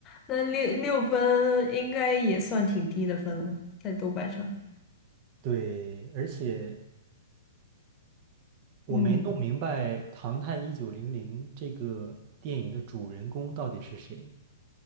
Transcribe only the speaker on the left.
那六六分应该也算挺低的分了吧，在豆瓣上。
嗯